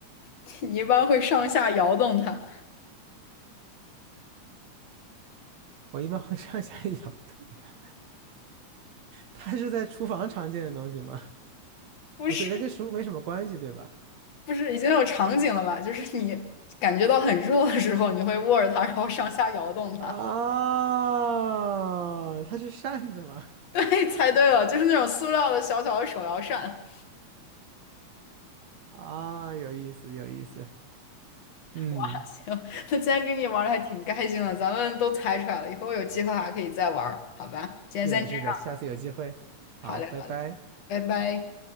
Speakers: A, on the left (about 60°); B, on the right (about 65°).
A: <laughs> 你一般会上下摇动它。
B: 我一般会上下一摇动的。它是在厨房常见的东西吗？
A: 不是
B: 不对，它跟食物没什么关系，对吧？
A: 不是，已经有场景了吧？就是你感觉到很热的时候，你会握着它，然后上下摇动它。
B: 啊，它是扇子吗？
A: 对，猜对了，就是那种塑料的小小的手摇扇。
B: 啊，有意思，有意思。嗯，
A: <laughs> 行，那今天跟你玩的还挺开心的，咱们都猜出来了，以后有机会还可以再玩儿好吧？今天先这样，
B: 是的，是的，下次有机会。
A: 好嘞，
B: 好，拜拜。
A: 好嘞，拜拜。